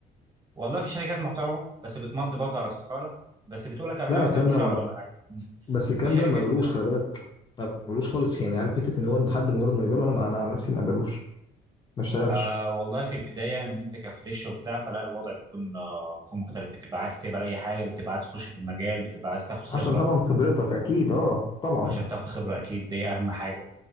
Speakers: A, on the right (about 25°); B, on the left (about 25°).
A: والله في شركات محترمه بس بتمضي برضه على استقاله بس بتقول لك قبلها
B: لا
A: مثلا
B: الكلام
A: بشهر
B: ده ما
A: ولا حاجه م.
B: بس
A: وفي
B: الكلام
A: شركات
B: ده ما بلوش خلي بالك ما بلوش خالص يعني عارف حته ان هو انت حد مجرد ما يقبله انا انا عن نفسي ما بلوش ما اشتغلش
A: آه والله في البداية إن أنت كفريش وبتاع فلا الوضع بيكون آه بيكون مختلف بتبقى عايز تقبل أي حاجة بتبقى عايز تخش في المجال بتبقى عايز تاخد خبرة
B: عشان طبعا خبرتك اكيد اه طبعا
A: عشان تاخد خبرة أكيد دي أهم حاجة